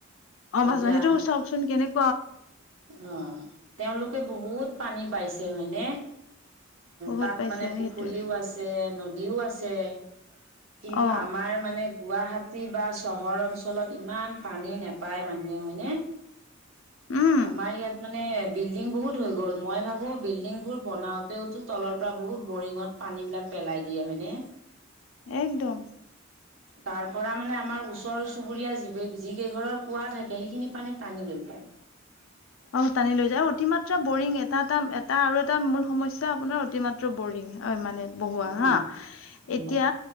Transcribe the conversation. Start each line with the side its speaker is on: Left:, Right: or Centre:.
Left: অ' ভছ
Right: এতিয়া
Left: সেইটো চাওঁকচোন কেনেক
Right: অ' তেওঁলোকে বহুত পানী পাইছে হয়নে।
Left: বহুত
Right: তাত
Left: পাইছে
Right: মানে পুখুৰীও
Left: সেইটোৱে
Right: আছে নদীও আছে কিন্তু
Left: অ
Right: আমাৰ মানে গুৱাহাট চিটি বা চহৰ অঞ্চলত ইমান পানী নোপায় মানুহে হয়নে
Left: উম
Right: আমাৰ ইয়াত মানে বিল্ডিং বহুত হৈ গ'ল মই ভাবো বিল্ডিং বোৰ বনাওঁতেওতো তলৰ পৰা বহুত বৰিঙত পানী বিলাক পেলাই দিয়া হয়নে।
Left: একদম।
Right: তাৰ পৰা মানে আমাৰ ওচৰ চুবুৰীয়া যি যি কেইঘৰৰ কুৱা থাকে সেইখিনি পানীত টানি লৈ চ <unintelligible>
Left: অ' টানি লৈ যায় অতিমাত্ৰা বৰিং এটা এটা এটা আৰু এটা মূল সমস্যা। আপোনাৰ অতিমাত্ৰা টো বৰিং হয় মানে বহোৱা
Right: উম, উম,
Left: এতিয়া